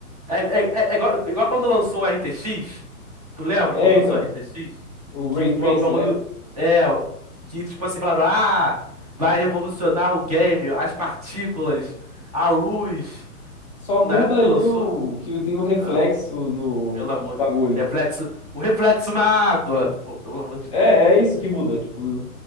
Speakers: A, on the right (about 25°); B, on the left (about 20°).
A: É, é, é- é igual, igual quando lançou o RTX. Tu lembra
B: É,
A: quando lançou
B: então.
A: o RTX?
B: O
A: Que
B: Ray Tracing,
A: o bagulho.
B: né?
A: É. Que tipo assim, falaram: Ah, vai revolucionar o game, as partículas, a luz.
B: Só
A: Na
B: muda
A: época
B: ali
A: que lançou.
B: o que tem o reflexo
A: Ah,
B: no
A: pelo amor de
B: bagulho.
A: Deus. Reflexo. O reflexo na água. Pô, pelo amor de
B: É,
A: Deus.
B: é isso que muda. Tipo,